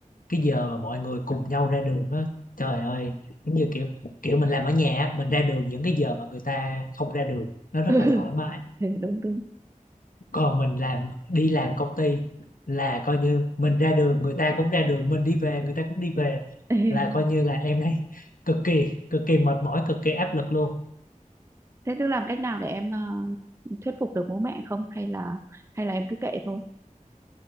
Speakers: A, on the left; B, on the right.
A: cái giờ mà mọi người cùng nhau ra đường á trời ơi giống như kiểu kiểu mình làm ở nhà á, mình ra đường những cái giờ mà người ta không ra đường nó rất
B: ừ <laughs>
A: là thoải mái
B: Ừ, đúng đúng
A: còn mình làm đi làm công ty là coi như mình ra đường người ta cũng ra đường mình đi về người ta cũng đi về
B: <laughs> Ê,
A: là coi như là em thấy cực kỳ cực kỳ mệt mỏi cực kỳ áp lực luôn
B: thế tức làm cách nào để em ờ, thuyết phục được bố mẹ không hay là hay là em cứ kệ thôi